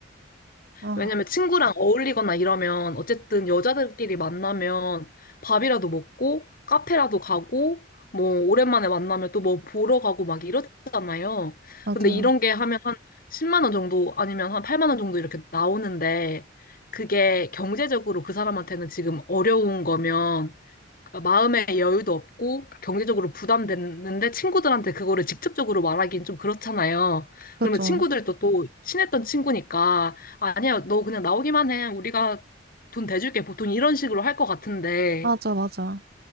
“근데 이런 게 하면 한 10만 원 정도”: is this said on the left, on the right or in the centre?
Left